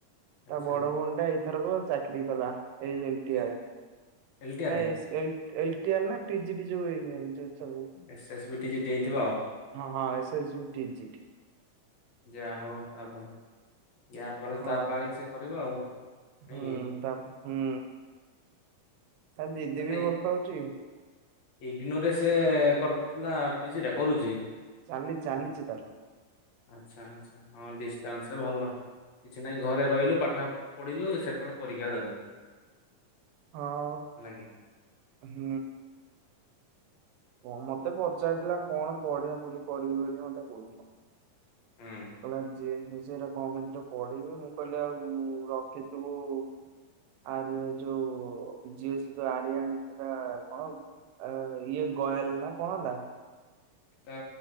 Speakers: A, on the left (about 60°); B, on the right (about 80°).
A: ଆଚ୍ଛା
B: ତା ବଡ ଭଉଣୀ ଟା ଏଇଥରକ ଚାକିରୀ କଲା। ଏଲ ଟିର
A: କି ଏଲଟିଆରେ
B: ନାଇଁ ଲଟିର ଟିଜି <unintelligible>
A: ଏସଏସ୍ ବି ଟିଜିଟ୍ ନେଇଥିବ ଆଉ?
B: ହଁ S S U T G T
A: ଯାହା ହୋଉ <inaudible> ଯାହା ଫଳରେ
B: ହଁ
A: ତା ପାଇଁ କରିବ। ନାଇଁ
B: ହୁଁ
A: କି
B: ତା ହୁଁ ତା ଦିଦି
A: ତାହେଲେ
B: ବି ଭଲ ପାଉଛି?
A: ଇଗ୍ନୋରେ ସେ କରଥିଲା ପିଜି ଟା କରୁଛି।
B: ଚାଲି ଚାଲିଛି ତାର।
A: ଆଛା ଆଛା ହଁ ଡିଷ୍ଟାନ୍ସରେ ଭଲ କିଛି ନାହିଁ ଘରେ
B: ହୁଁ।
A: ରହିଲୁ ପାଠ ପଢିଲୁ ସେପଟେ ପରୀକ୍ଷା ଦେଲୁ।
B: ହଁ
A: ହେଲା କି
B: ହୁଁ। ହଁ ମତେ ପଚାରିଥିଲା କଣ ପଢିଆ ପଢି କରିବି ବୋଲି ମତେ କହୁଥିଲା।
A: ହୁଁ।
B: କହିଲା ଯିଏ ସେଇଟା କଣ କେମିତିରେ ପଢିବି ମୁଁ କହିଲି ଆଉ ରଖିଥିବୁ ଆରେ ଯୋଉ ଯିଏ ଯୋ ଆରିଆ ସେଟା କଣ? ଅ ଇଏ ଗୟାଲେ ନା କଣ ଟା?
A: ତ